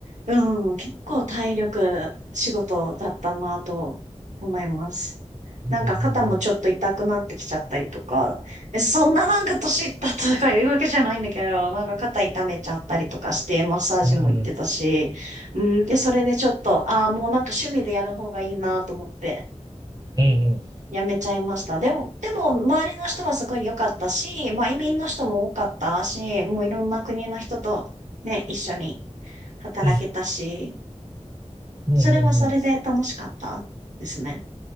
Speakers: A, on the right; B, on the right.
A: うん、結構体力仕事だったなと思います。
B: うん
A: なんか肩もちょっと痛くなってきちゃったりとか、え、そんななんか年いったとかいうわけじゃないんだけど、なんか肩痛めちゃったりとかして、マッサージも行ってたし、
B: うんうん。
A: うん、で、それでちょっと、ああ、もうなんか趣味でやる方がいいなと思って、
B: うんうんうん
A: やめちゃいました。でも、でも、周りの人はすごい良かったし、まあ、移民の人も多かったし、もういろんな国の人とね、一緒に働けたし、
B: うんうんうんうん
A: それはそれで楽しかったですね。